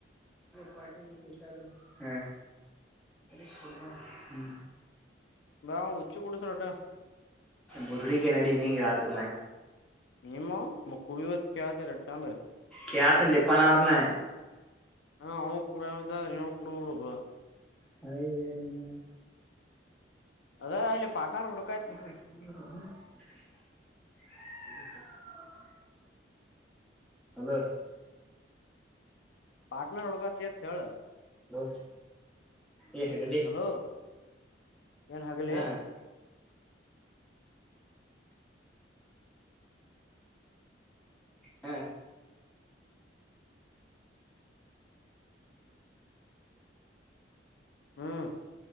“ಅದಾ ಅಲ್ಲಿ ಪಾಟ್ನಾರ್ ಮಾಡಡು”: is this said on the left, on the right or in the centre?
Left